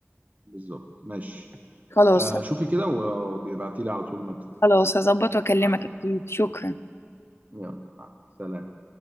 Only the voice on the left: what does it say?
خلاص
خلاص هظبط واكلمك
اكيد شكرا